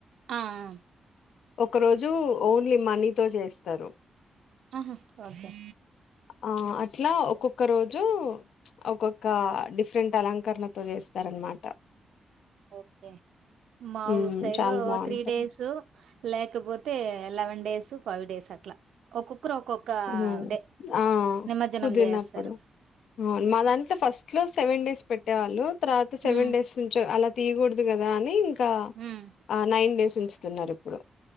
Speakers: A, on the right (about 80°); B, on the left (about 80°).
A: ఆ ఆహ్
B: ఒక రోజు ఓన్లీ మనీతో చేస్తరు.
A: ఆహా ఓకే
B: ఆ అట్లా ఒక్కొక్క రోజు ఒక్కొక్క డీప్ డిఫరెంట్ అలంకరణతో చేస్తారనమాట.
A: ఓకే మా
B: ఉమ్
A: ఊర్ సైడ్
B: చాలా బాగుంటది
A: త్రీ డేస్ లేకపోతే తే ఎలెవన్ డేస్, ఫైవ్ డేస్ అట్లా. ఒక్కొక్కరు ఒక్కొక్క
B: ఉహ్మ్
A: డే
B: ఆహ్
A: నిమజ్జనం
B: కుదిరినప్పుడు
A: చేసేస్తారు.
B: అవున్ మా దాంట్లో ఫస్ట్ లో సెవెన్ డేస్. పెట్టేవాళ్ళు తర్వాత
A: హ్మ్
B: సెవెన్ డేస్ నుంచి అలా తీయకూడుదు కదా అని నీ ఇంకా
A: హ్మ్
B: ఆ నైన్ డేస్ ఉంచ్ తున్నారు ఇప్పుడు.